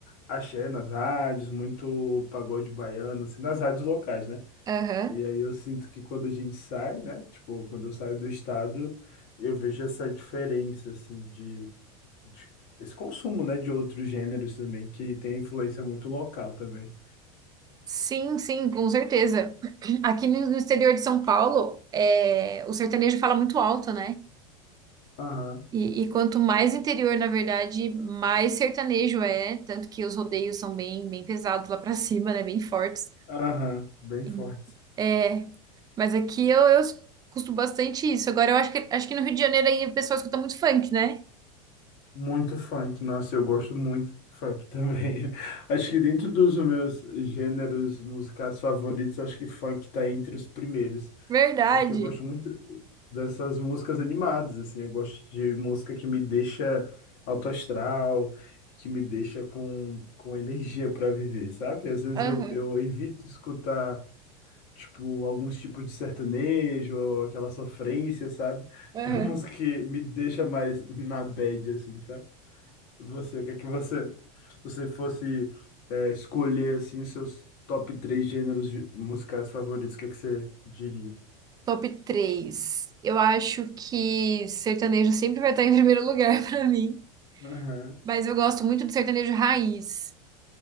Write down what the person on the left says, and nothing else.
axé nas rádios, muito pagode baiano, assim, nas rádios locais, né?
E aí eu sinto que quando a gente sai, né? Tipo, quando eu saio do estado, eu vejo essa diferença, assim, de, de- esse consumo, né, de outros gêneros também, que tem influência muito local também.
Aham,
aham, bem
forte.
Muito funk, nossa, eu gosto muito de funk também. <laughs> Acho que dentro dos meus gêneros musicais favoritos, acho que funk tá entre os primeiros,
porque eu gosto muito dessas músicas animadas, assim, eu gosto de música que me deixa alto astral, que me deixa com, com energia para viver, sabe? Às vezes
eu, eu evito escutar, tipo, alguns tipos de sertanejo, aquela sofrência, sabe? <laughs>
Que é uma música que me deixa mais na bad, assim, sabe? Você, o que é que você, você fosse é, escolher assim os seus top três gêneros de- musicais favoritos, o que é que você diria?
Aham.